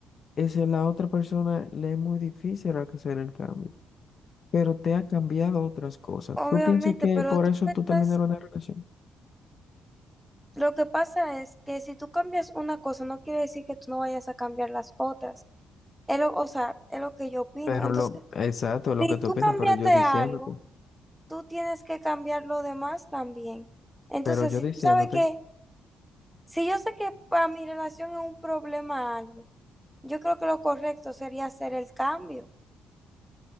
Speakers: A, on the left; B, in the centre.
A: es la otra persona le es muy difícil hacer el cambio, pero te ha cambiado otras cosas.
B: Obviamente,
A: ¿Tú piensas que
B: pero
A: por
B: tú
A: eso
B: estás,
A: tú terminaron una relación?
B: lo que pasa es que si tú cambias una cosa, no quiere decir que tú no vayas a cambiar las otras. Es lo, o sea, es lo que yo opino.
A: Pero
B: Entonces,
A: lo, exacto, lo
B: si
A: que tú
B: tú
A: opinas,
B: cambiaste
A: pero yo diciéndote,
B: algo, tú tienes que cambiar lo demás también. Entonces,
A: pero yo
B: si
A: diciéndote,
B: tú sabes que, si yo sé que para mi relación es un problema algo, yo creo que lo correcto sería hacer el cambio.